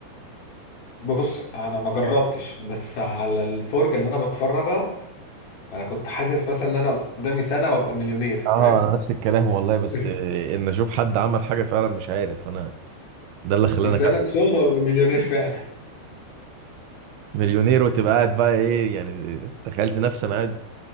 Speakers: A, on the left; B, on the right.
A: بص انا ما جربتش بس على الفرجه اللي انا بتفرجها انا كنت حاسس مثلا ان انا قدامي سنه وابقى مليونير
B: اه
A: فاهم
B: انا نفس الكلام والله بس
A: <laughs>
B: إيه، ان اشوف حد عمل حاجة فعلا مش عارف انا ده اللي خلاني
A: سنه شغل وابقى مليونير فعلا
B: مليونير وتبقى قاعد بقى ايه يعني تخيلت نفسي انا قاعد